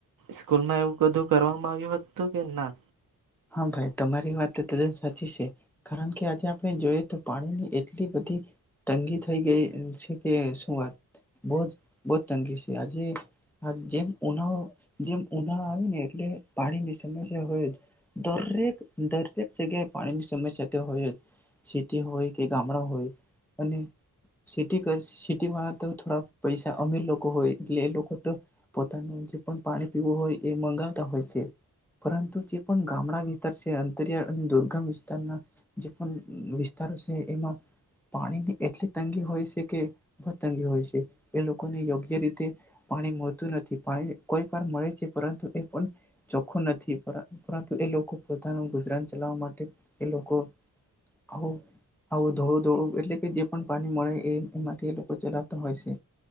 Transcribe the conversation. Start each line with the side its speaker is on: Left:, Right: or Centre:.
Right: સ્કૂલમાં એવું બધું કરવામાં આવ્યું હતું કે ના?
Centre: હા, ભાઈ તમારી વાત ત તદ્દન સાચી છે. કારણ કે આજે આપણે જોઈએ તો પાણીની એટલી બધી તંગી થઈ ગઈ છે કે શું વાત બહોજ બહોજ તંગી છે. આજે આજ જેમ ઉનાળો જેમ ઉનાળો આવે ને એટલે પાણીની સમસ્યા હોય જ. દરેક દરેક જગ્યાએ પાણીની સમસ્યા તો હોય જ. સિટી હોય કે ગામડા હોય અને સિટી કર સિટીવાળા તો થોડા પૈસા અમીર લોકો હોય એટલે એ લોકો તો પોતાનું જે પણ પાણી પીવું હોય એ મંગાવતા હોય છે. પરંતુ જે પણ ગામડા વિસ્તાર છે અંતરિયાળ અને દુર્ગમ વિસ્તારના જે પણ વિસ્તારો છે એમાં પાણીની એટલી તંગી હોય છે કે બો જ તંગી હોય છે. એ લોકોને યોગ્ય રીતે પાણી મળતું નથી. પાણી કોઈ વાર મળે છે પરંતુ એ પણ ચોખ્ખું નથી. પરંતુ એ લોકો પોતાનું ગુજરાન ચલાવવા માટે એ લોકો આવું આવું ધોડું ધોડું એટલે કે જે પણ પાણી મળે એ એમાંથી એ લોકો ચલાવતા હોય છે